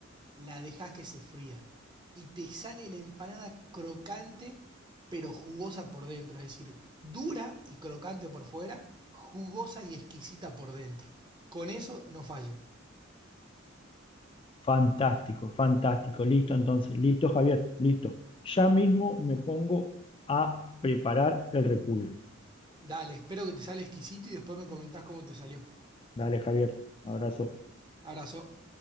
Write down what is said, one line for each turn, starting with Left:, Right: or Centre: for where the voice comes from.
Right: la dejás que se fría. Y te sale la empanada crocante, pero jugosa por dentro. Es decir, dura y crocante por fuera, jugosa y exquisita por dentro. Con eso no falla.
Left: Fantástico, fantástico. Listo, entonces, listo, Javier, listo. Ya mismo me pongo a preparar el repulgue.
Right: Dale, espero que te sale exquisito y después me comentás cómo te salió.
Left: Dale, Javier, abrazo.
Right: Abrazo.